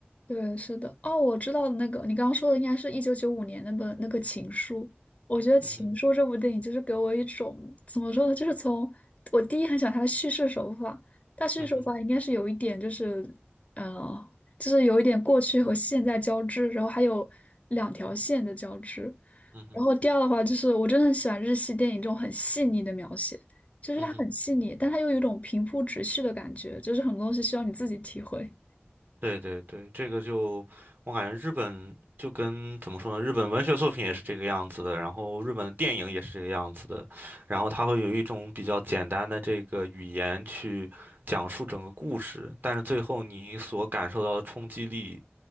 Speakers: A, on the left; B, on the right.
A: 对，是的，哦，我知道那个，你刚刚说的应该是一九九五年那本那个《情书》。我觉得《情书》这部电影就是给我一种怎么说呢，
B: 嗯哼，
A: 就是从我第一很喜欢它的叙事手法，它叙事手法应该是有一点就是，
B: 嗯哼，
A: 呃，就是有一点过去和现在交织，然后还有两条线的交织。
B: 嗯哼，
A: 然后第二的话就是，我真的很喜欢日系电影这种很细腻的描写，就是它很细腻，
B: 嗯哼。
A: 但它又有一种平铺直叙的感觉，就是很多东西需要你自己体会。
B: 对对对，这个就我感觉日本就跟怎么说呢，日本文学作品也是这个样子的，然后日本的电影也是这个样子的，然后它会有一种比较简单的这个语言去讲述整个故事，但是最后你所感受到的冲击力